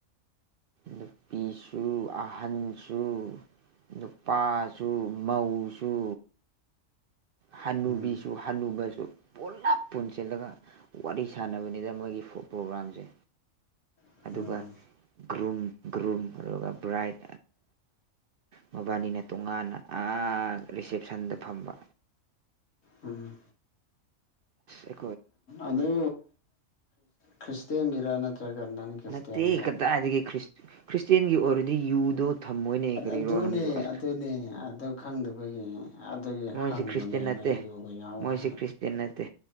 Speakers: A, on the right; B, on the left.
A: ꯅꯨꯄꯤꯁꯨ ꯑꯍꯟꯁꯨ ꯑꯄꯥꯁꯨ ꯃꯧꯁꯨ ꯍꯜꯂꯨꯕꯤꯁꯨ
B: ꯎꯝ
A: ꯍꯜꯂꯨꯕꯁꯨ ꯄꯨꯂꯞ ꯄꯨꯟꯁꯤꯜꯂꯒ ꯋꯥꯔꯤ ꯁꯥꯟꯅꯕꯅꯤꯗ ꯃꯣꯏꯒꯤ ꯄ꯭ꯔꯣꯒꯒꯥꯝꯁꯦ
B: ꯎꯝ
A: ꯑꯗꯨꯒ ꯒ꯭ꯔꯨꯝ ꯒ꯭ꯔꯨꯝ ꯑꯗꯨꯒ ꯕ꯭ꯔꯥꯏꯠ ꯃꯕꯥꯅꯤꯅ ꯇꯣꯉꯥꯟꯅ ꯔꯤꯁꯦꯞꯁꯟꯗ ꯐꯝꯕ
B: ꯎꯝ
A: ꯑ
B: ꯑꯗꯨ ꯈ꯭ꯔꯤꯁꯇꯦꯟꯒꯤꯔ ꯅꯠꯇ꯭ꯔ ꯆꯒꯔ ꯅꯟ ꯀꯁꯇ
A: ꯅꯠꯇꯦ
B: ꯑ
A: ꯀꯗꯥꯏꯗꯒꯤ ꯈ꯭ꯔꯤꯁꯇꯦꯟꯒꯤ ꯑꯣꯏꯔꯗꯤ ꯌꯨꯗꯣ ꯊꯝꯃꯣꯏꯅꯦ ꯀꯔꯤꯔꯣ
B: ꯑꯗꯨꯅꯦ
A: ꯅꯪꯁꯨ ꯑꯁ
B: ꯑꯗꯨꯅꯦ ꯑ ꯈꯪꯗꯕꯒꯤ ꯑꯗꯨꯗꯒꯤ
A: ꯃꯣꯏꯁꯦ
B: ꯍꯪꯕꯅꯦꯕꯣꯏ
A: ꯈ꯭ꯔꯤꯁꯇꯦꯟ ꯅꯠꯇꯦ
B: ꯌꯣꯒ ꯌꯥꯎꯋ
A: ꯃꯣꯏꯁꯦ ꯈ꯭ꯔꯤꯁꯇꯦꯟ ꯅꯠꯇꯦ